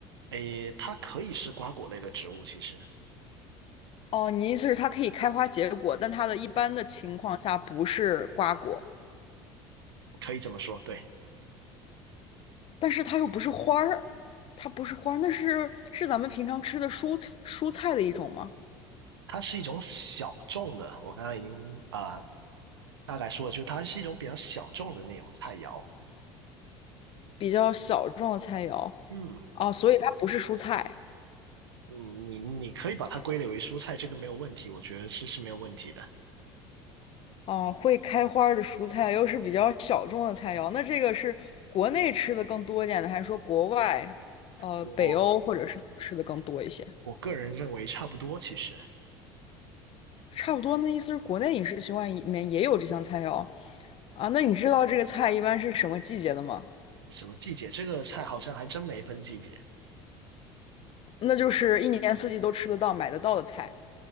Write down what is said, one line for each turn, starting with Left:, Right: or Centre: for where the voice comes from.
Right: 诶，它可以是瓜果类的植物，其实
Left: 哦，你意思是它可以开花结果，但它的一般的情况下不是瓜果，
Right: 可以这么说，对，
Left: 但是它又不是花儿，它不是花儿，那是是咱们平常吃的蔬蔬菜的一种吗？
Right: 它是一种小众的。我刚刚已经啊，大概说了，就是它是一种比较小众的那种菜肴。
Left: 比较小众的菜肴
Right: 嗯。
Left: 啊，所以它不是蔬菜。
Right: 嗯，你你可以把它归类为蔬菜，这个没有问题，我觉得是是没有问题的。
Left: 哦，会开花儿的蔬菜又是比较小众的菜肴，那这个是国内吃的更多一点的，还是说国外，呃，
Right: 我
Left: 北欧或者是吃的更多一些？
Right: 我个人认为差不多，其实
Left: 差不多，那意思是国内饮食习惯里面也有这项菜肴啊。那你知道这个菜一般是什么季节的吗？
Right: 什么季节，这个菜好像还真没分季节。
Left: 那就是一年四季都吃得到、买得到的菜。